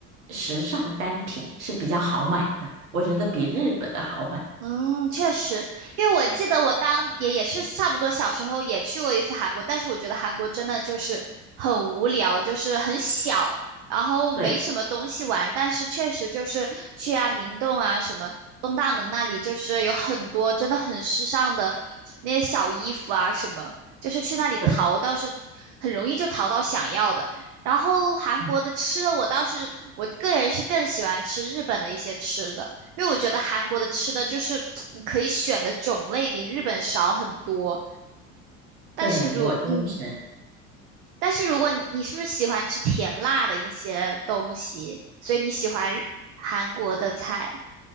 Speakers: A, on the right; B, on the right.
A: 时尚单品是比较好买的，我觉得比日本的好买，
B: 嗯，确实，因为我记得我当也也是差不多小时候也去过一次韩国，但是我觉得韩国真的就是很无聊，就是很小，然后没什么东西玩，
A: 对。
B: 但是确实就是去啊明洞啊什么东大门那里，就是有很多真的很时尚的那些小衣服啊什么，就是去那里淘倒是很容易就淘到想要的。
A: 对。
B: 然后韩国的吃的我倒是我个人是更喜欢吃日本的一些吃的。
A: 嗯
B: 因为我觉得韩国的吃的就是你可以选的种类比日本少很多，但是如嗯，
A: 对，我就是，
B: 但是如果你你是不是喜欢吃甜辣的一些东西，所以你喜欢日韩国的菜？